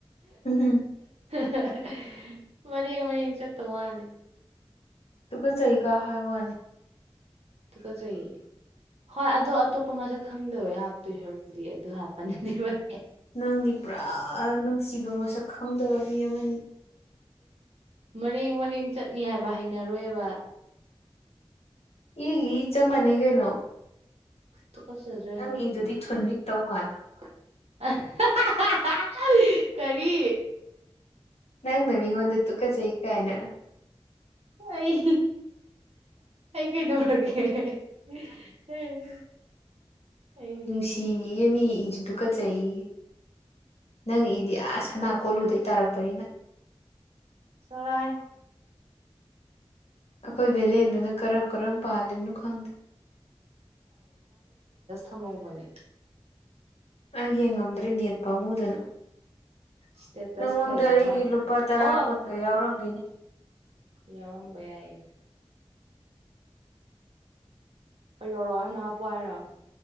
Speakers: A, on the left; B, on the right.
A: ꯎꯝ
B: ꯍꯛ ꯃꯔꯦ ꯃꯔꯦ ꯆꯠꯇꯧ ꯃꯥꯂꯤ
A: ꯇꯨꯀꯠꯆꯩ ꯀ ꯍꯥꯏ ꯋꯥꯅꯦ
B: ꯇꯨꯀꯠꯆꯌꯦ ꯍꯣꯏ ꯑꯗꯣ ꯑꯇꯣꯞꯄ ꯃꯁꯛ ꯈꯪꯗꯕ ꯍꯥꯞꯇꯣꯏ ꯁꯔꯨꯛꯄꯨꯗꯤ ꯑꯗꯨ ꯍꯥꯞꯄꯅꯤꯗꯤ ꯐꯩ
A: ꯅꯪꯗꯤ ꯄꯨꯔꯥ ꯅꯨꯡꯁꯤꯕ ꯃꯁꯛ ꯈꯪꯗꯕ ꯃꯤ ꯑꯃꯅꯤ
B: ꯃꯅꯦꯡ ꯃꯅꯦꯡ ꯆꯠꯅꯤ ꯍꯥꯏꯕ ꯍꯩꯅꯔꯣꯏꯕ
A: ꯏꯒꯤ ꯏ ꯆꯞ ꯃꯥꯟꯅꯩ ꯀꯩꯅꯣ
B: <inaudible> ꯀꯁ <unintelligible>
A: ꯅꯪ ꯏꯗꯨꯗꯤ ꯊꯨꯟꯅꯤꯛ ꯇꯧ ꯃꯥꯜꯂꯦ
B: ꯀꯔꯤ
A: ꯅꯪꯅ ꯃꯤꯉꯣꯟꯗ ꯇꯨꯀ ꯆꯩ ꯀꯥꯏꯅ
B: ꯑꯩ ꯑꯩ ꯀꯩꯗꯧꯔꯒꯦ <unintelligible> ꯑꯩꯗꯤ
A: ꯅꯨꯡꯁꯤꯃꯤ <inaudible> ꯑꯣ ꯆꯩꯩ <inaudible> ꯅꯪ ꯏꯗꯤ
B: ꯇꯨꯀꯠꯆꯩ
A: ꯑꯁ ꯁꯅꯥ ꯀꯣꯜꯂꯨꯗꯩ ꯇꯥꯔꯛꯄꯅꯤꯅ
B: ꯆꯠꯂꯣꯍꯦ
A: ꯑꯩꯈꯣꯏ ꯚꯦꯂꯦꯟꯗꯨꯅ ꯀꯔꯝ ꯀꯔꯝ ꯄꯥꯜꯂꯤꯕꯅꯣ ꯈꯪꯗꯦ
B: ꯊꯝꯍꯧꯕꯅꯤ
A: ꯑꯩ ꯌꯦꯡꯉꯝꯗ꯭ꯔꯦ ꯅꯦꯠ ꯄꯥꯝꯃꯨꯗꯅ
B: ꯏꯁꯇꯦꯇꯁ
A: ꯅꯪꯉꯣꯟꯗ
B: ꯀꯩꯩꯅꯣ
A: ꯑꯩꯒꯤ
B: ꯃꯥꯏꯗꯣ
A: ꯂꯨꯄꯥ ꯇꯔꯥ
B: ꯑꯣ
A: ꯀꯨꯟꯒ ꯌꯥꯎꯔꯝꯒꯤꯅꯤ
B: ꯌꯥꯎꯔꯝꯕ ꯌꯥꯏꯌꯦ ꯌꯧꯔꯛꯑꯣ ꯍꯥꯏꯅꯣ ꯍꯥꯞꯄꯛ ꯑꯣ ꯍꯥꯏꯔꯣ <unintelligible>